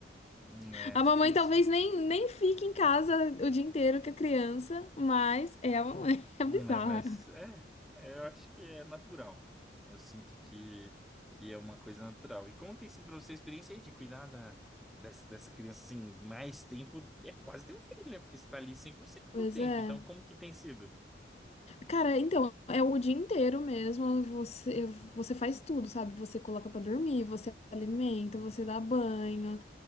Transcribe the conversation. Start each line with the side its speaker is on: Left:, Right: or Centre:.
Centre: hum, é
Left: A
Centre: difícil.
Left: mamãe talvez nem, nem fique em casa o dia inteiro com a criança, mas é a mamãe. <laughs> É
Centre: Né,
Left: bizarra.
Centre: mas é, é, eu acho que é natural. né? Eu sinto que, que é uma coisa natural. E como tem sido para você a experiência aí de cuidar da, dessa, dessa criança assim, mais tempo? É quase ter um filho, né? Porque você está ali cem por cento
Left: Pois
Centre: do tempo.
Left: é.
Centre: Então, como que tem sido?
Left: Cara, então, é o dia inteiro mesmo. Você, você faz tudo, sabe? Você coloca pra dormir, você alimenta, você dá banho.